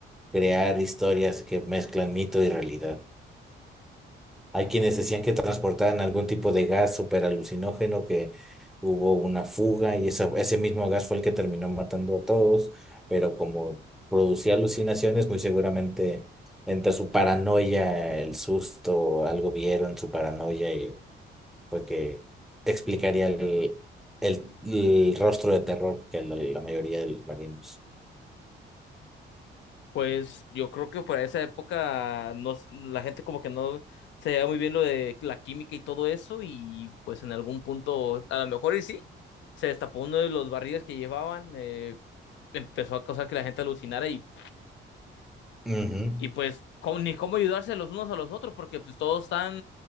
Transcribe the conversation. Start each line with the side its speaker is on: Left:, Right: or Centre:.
Centre: crear historias que mezclan mito y realidad. Hay quienes decían que transportaban algún tipo de gas super alucinógeno, que hubo una fuga y esa- ese mismo gas fue el que terminó matando a todos, pero como producía alucinaciones, muy seguramente entre su paranoia, el susto, algo vieron su paranoia y fue que explicaría el, el, el rostro de terror que la, la mayoría de los marinos.
Left: Pues yo creo que para esa época nos- la gente como que no se veía muy bien lo de la química y todo eso y pues en algún punto, a lo mejor y sí, se destapó uno de los barriles que llevaban, eh, empezó a causar que la gente alucinara y
Centre: Ujú,
Left: Y pues cómo- ni cómo ayudarse los unos a los otros porque pues todos están